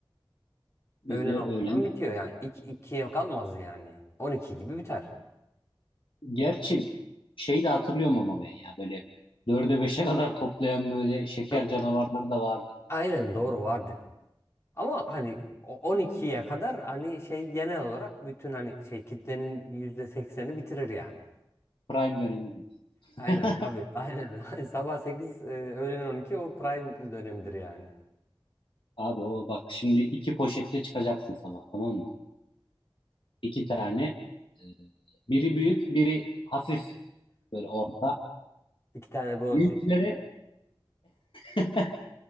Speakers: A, on the left; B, on the left.
A: Biz
B: Öğlen
A: de
B: olmadan
A: öğlen.
B: bitiyor yani. İki, ikiye kalmaz yani. 12 gibi biter.
A: Gerçi şey de hatırlıyorum ama ben ya böyle dörde beşe kadar toplayan böyle şeker
B: Ö-
A: canavarları da vardı.
B: Aynen doğru vardı. Ama hani o on ikiye kadar hani şey genel olarak bütün hani şey kitlenin yüzde sekseni bitirir yani.
A: Prime dönemi diyor.
B: Aynen
A: <laughs>
B: tabii. Aynen. <laughs> Sabah 8 e, öğlen 12 o prime dönemidir yani.
A: Abi o bak şimdi iki poşetle çıkacaksın sabah tamam mı? İki tane. e, Biri büyük, biri hafif böyle orta.
B: İki tane bounty.
A: Büyüklere <laughs>